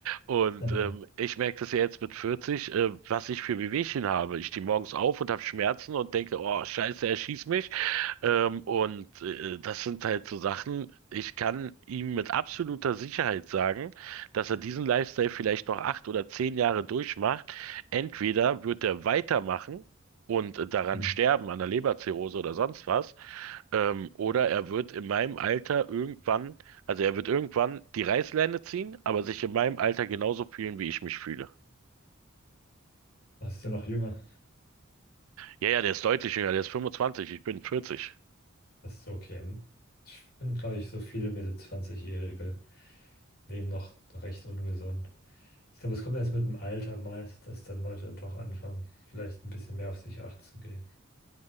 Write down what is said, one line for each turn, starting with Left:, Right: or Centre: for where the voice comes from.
Right: Und
Left: Ja.
Right: ähm,
Left: <laughs>
Right: ich merke das ja jetzt mit 40, äh, was ich für Wehwehchen habe. Ich stehe morgens auf und habe Schmerzen und denke, oh Scheiße, er schießt mich. Ähm, und äh, das sind halt so Sachen, ich kann ihm mit absoluter Sicherheit sagen, dass er diesen Lifestyle vielleicht noch acht oder zehn Jahre durchmacht. Entweder wird er weitermachen und äh, daran
Left: Hm.
Right: sterben, an der Leberzirrhose oder sonst was, ähm, oder er wird in meinem Alter irgendwann, also er wird irgendwann die Reißleine ziehen, aber sich in meinem Alter genauso fühlen, wie ich mich fühle.
Left: Du bist ja noch jünger.
Right: Ja, ja, der ist deutlich jünger, der ist 25, ich bin 40.
Left: Das ist okay. Ich finde, glaube ich, so viele Mitte 20-Jährige leben noch recht ungesund. Ich glaube, es kommt erst mit dem Alter meist, dass dann Leute doch anfangen, vielleicht ein bisschen mehr auf sich Acht zu geben.